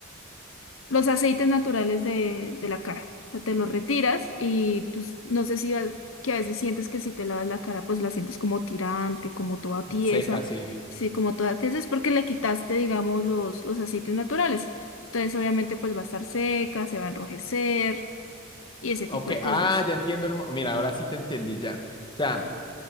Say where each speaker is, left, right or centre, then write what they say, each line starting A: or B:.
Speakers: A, on the left (about 70°); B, on the left (about 25°).
A: los aceites naturales de, de la cara. O sea, te los retiras y pues, no sé si vas- que a veces sientes que si te lavas la cara, pues la sientes como tirante, como toda tiesa.
B: Seca, sí.
A: Sí, como toda tiesa es porque le quitaste, digamos, los, los aceites naturales. Entonces, obviamente, pues va a estar seca, se va a enrojecer y ese
B: Ok,
A: tipo de cosas.
B: ah, ya entiendo. el mo- Mira, ahora sí te entendí ya. O sea,